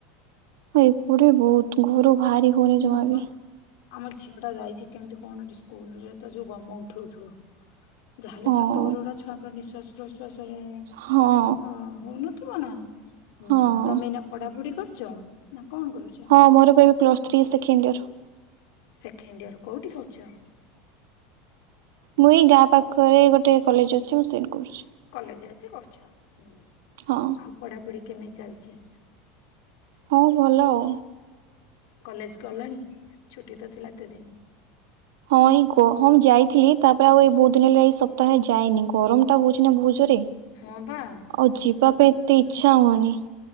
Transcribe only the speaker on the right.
ହଁ ଏପଟେ ବୋହୁତ ଘରୁ ବାହାରି ହୋଉନି ଜମା
ବି।
ହଁ
ହଁ
ହଁ
ହଁ ମୋର ପା ଏବେ ପ୍ଲସଥ୍ରୀ ସେକେଣ୍ଡେ ଇୟର।
ମୁଁ ଏଇ ଗାଁ ପାଖରେ ଗୋଟେ କଲେଜ ଅଛି। ମୁଁ ସେଇଠି କରୁଚି।
ହଁ
ହଁ ଭଲ ଆଉ।
ହଁ ଏଇ ଗହମ ଯାଇଥିଲି ତାପରେ ଆଉ ବୋହୁତ ଦିନ ହେଲା ଏଇ ସପ୍ତାହେ ଯାଇନି ଗରମଟା ହୋଉଚି ନା ବୋହୁତ ଜୋରରେ।
ଆଉ ଯିବା ପାଇଁ ଏତେ ଇଚ୍ଛା ହୋଉନି।